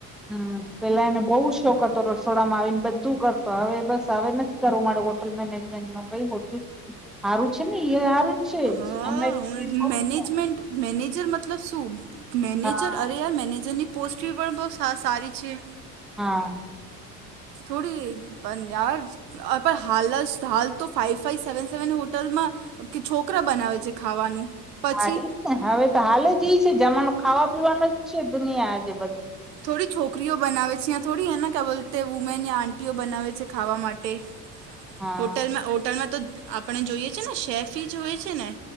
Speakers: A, in the centre; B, on the right.
A: હમ પેલા એને બઉ શોખ હતો. રસોડામાં આવીને બધું કરતો હવે બસ હવે નથી કરવું મારું ઓટ હોલટ મેનેજમેન્ટ ને ભાઈ હોટલ સારું છે ને એ સારું જ
B: હા
A: છે.
B: હું મેનેજમેન્ટ
A: હા
B: મેનેજર મતલબ શું મેનેજર
A: હા
B: અરે યાર મેનેજરની પોસ્ટ બી પણ બહુ સારી છે.
A: હા.
B: થોડી પણ યાર હાલ જ હાલ તો ફાઈવ ફાઈવ સેવન સેવન હોટલમાં કે છોકરા બનાવે છે ખાવાનું. પછી
A: હા એજ ને હવે તો હાલ જ ઈ છે જમાનું ખાવા પીવાનું જ છે દુનિયા આજે બધું
B: થોડી છોકરીઓ બનાવે છે. યાં થોડી એના ક બોલ વુમેન યા આંટીઓ બનાવે છે ખાવા માટે.
A: હા
B: હોટલમાં હોટલમાં તો આપણે જોઈએ છે ને શેફી જ હોય છે ને.